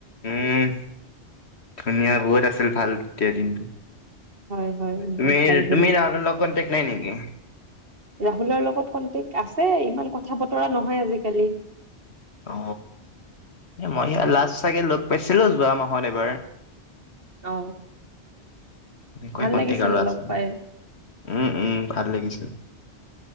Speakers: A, on the left; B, on the right.
A: উম ধুনীয়া বহুত আছিল ভাল তেতিয়া দিনটো।
B: হয় হয়
A: তমি
B: বহুত ভাল দিন
A: তুমি
B: আছে
A: ৰাহুলৰ লগত কনটেক নাই নেকি?
B: ৰাহুলৰ লগত কনটেক্ট আছ আছে ইমান কথা বতৰা নহয় আজিকালি।
A: অ মই ই লাষ্ট চাগে লগ পাইছিলো যোৱা মাহত এবাৰ।
B: অ
A: এনেকৈ
B: ভাল
A: কন্টেক্ট
B: লাগিছিল
A: আৰু আছিল
B: লগ পাই
A: উম উম ভাল লাগিছিল